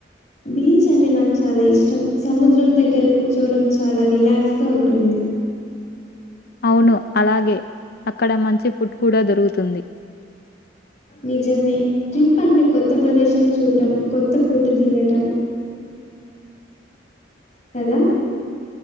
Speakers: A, on the left; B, on the left.
A: బీచ్ అంటే నాకు చాలా ఇష్టం సముద్రం దగ్గర కూర్చోవడం చాలా రిలాక్స్గా ఉంటుంది.
B: అవును అలాగే అక్కడ మంచి ఫుడ్ కూడా దొరుకుతుంది.
A: నిజమే ట్రిప్ అంటే కొత్త ప్రదేశం చూడం కొత్త ఫుడ్ తినటం కదా